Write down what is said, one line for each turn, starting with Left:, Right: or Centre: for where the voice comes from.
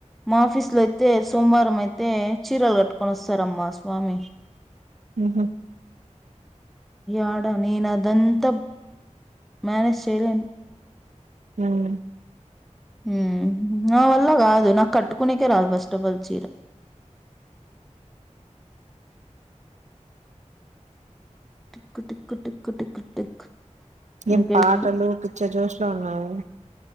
Centre: మా ఆఫీస్ లో అయితే సోమవారం అయితే చీరలు కట్టుకొని వస్తారమ్మా స్వామి
Right: ఉహు
Centre: ఏడా నేనదంతా మేనేజ్ చేయలేను
Right: హ్మ్
Centre: హ్మ్ నా వల్ల కాదు నాకు కట్టుకునేకే రాదు ఫస్ట్ ఆఫల్ చీర tick tick tick tick tick
Right: ఏం
Centre: ఇంకేమి
Right: పాటలు పిచ్చజోష్లో ఉన్నావే